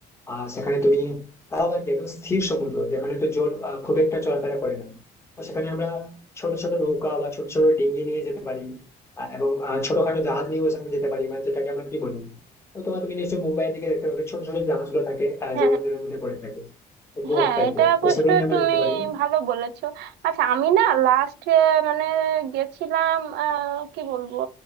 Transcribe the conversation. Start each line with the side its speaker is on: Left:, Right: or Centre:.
Left: আর সেখানে তুমি তাও আবার কি একদম স্থির সমুদ্র যেখানে তো জল আহ, খুব একটা চলাফেরা করে না তো সেখানে আমরা ছোট ছোট নৌকা বা ছোট ছোট ডিঙি নিয়ে যেতে পারি আহ, এবং আহ, ছোটখাটো জাহাজ নিয়েও সেখানে যেতে পারি মানে যেটাকে আমরা কি বলি তো তোমার তুমি নিশ্চয়ই মুম্বাইয়ের দিকে দেখতে পাবে ছোট ছোট জাহাজগুলো থাকে আহ,
Right: হ্যাঁ
Left: যেগুলো জলের মধ্যে পড়ে থাকে বোট
Right: হ্যাঁ
Left: টাইপের
Right: এটা অবশ্য
Left: তো সেগুলো নিয়ে আমরা
Right: তুমি
Left: যেতে পারি
Right: ভালো বলেছো আচ্ছা আমি না লাস্ট মানে গেছিলাম আহ, কি বলবো